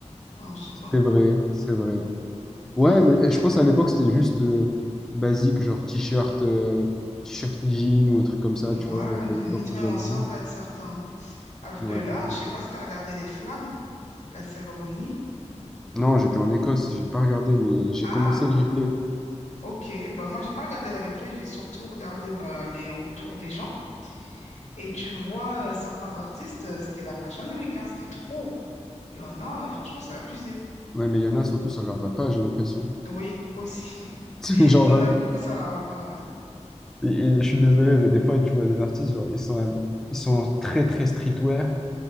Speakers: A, on the left (about 70°); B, in the centre.
A: Enfin, je sais
B: c'était
A: pas.
B: vrai, c'est vrai. Ouais,
A: Hmm.
B: mais eh,
A: Ben,
B: je pense à l'époque, c'était juste euh, basique, genre t-shirt, euh, t-shirt jean ou un truc comme ça,
A: Ouais,
B: tu vois, à
A: limite
B: l'époque où
A: même
B: j'avais
A: en sort
B: vu.
A: va être certain hein. Alors
B: Ouais,
A: que là,
B: partout.
A: je sais pas si t'as regardé les flammes. La cérémonie?
B: Non, j'étais en Écosse, j'ai pas regardé, mais j'ai
A: Ah,
B: commencé le replay.
A: ok. Bah, moi, j'ai pas regardé le replay, j'ai surtout regardé bah, les retours des gens. Et tu vois, euh, certains artistes, euh, c'était la Fashion Week, hein, c'était trop. Il y en a, euh, franchement, c'est abusé.
B: Ouais, mais il y en a surtout, ça leur va pas, j'ai l'impression.
A: Oui, aussi. <laughs>
B: <laughs> Genre,
A: T'en as
B: euh,
A: beaucoup, ça va pas, ouais.
B: et- et je suis désolé, mais des fois, tu vois des artistes, genre, ils sont, un- ils sont très, très streetwear.